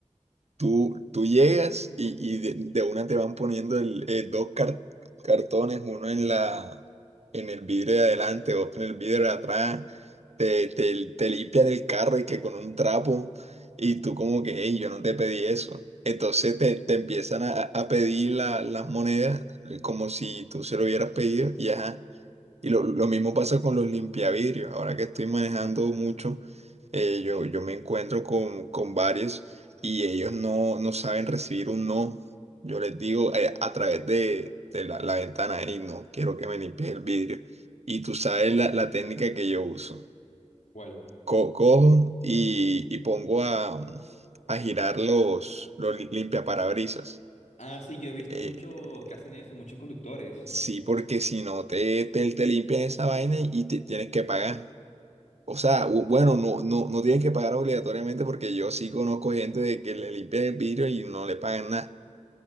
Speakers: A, on the right; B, on the left.
A: Tú, tú llegas y, y de, de una te van poniendo el, eh, dos car- cartones, uno en la, en el vidrio de adelante, otro en el vidrio de atrás, te, te, te limpian el carro y que con un trapo, y tú como que, hey, yo no te pedí eso. Entonces te, te empiezan a, a pedir la- las monedas eh, como si tú se lo hubieras pedido, y ajá. Y lo, lo mismo pasa con los limpiavidrios. Ahora que estoy manejando mucho, eh, yo, yo me encuentro con, con varios y ellos no, no saben recibir un no. Yo les digo eh, a través de, de la, la ventana, y no, quiero que me limpies el vidrio. Y tú sabes la, la técnica que yo uso.
B: ¿Cuál?
A: Co- cojo y, y pongo a, a girar los, los li- limpiaparabrisas.
B: Ah, sí, yo he visto
A: Eh,
B: mucho que hacen eso, muchos conductores.
A: sí, porque si no te, te, te limpian esa vaina y te tienes que pagar. O sea, u- bueno, no, no, no tienen que pagar obligatoriamente porque yo sí conozco gente de que le limpian el vidrio y no le pagan nada.